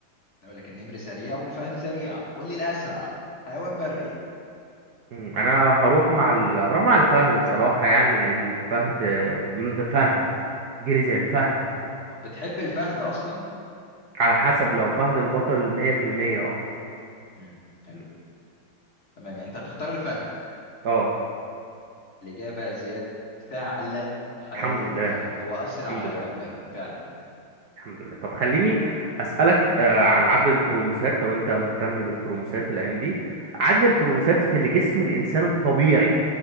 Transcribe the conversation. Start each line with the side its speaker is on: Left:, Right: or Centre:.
Left: اقول لك النمر سريع والفهد سريع قول لي الاسرع حيوان بري
Right: مم، انا هروح مع ال... هروح مع الفهد بصراحة يعني لان الفهد آه، بيقولوا ده فهد جري زي الفهد
Left: أو بتحب الفهد اصلا
Right: على حسب لو فهد البطل 100% اه
Left: امم حلو تمام يعني انت هتختار الفهد
Right: اه
Left: الاجابه يا زياد فعلا حيوان
Right: الحمد لله
Left: الفهد هو اسرع
Right: الحمد
Left: حيوان
Right: لله
Left: بري فعلا
Right: الحمد لله طب خليني اسألك آه، عن عدد الكروموسات لو انت مهتم بالكروموسات الايام دي عدد الكروموسات في اللي جسم الانسان الطبيعي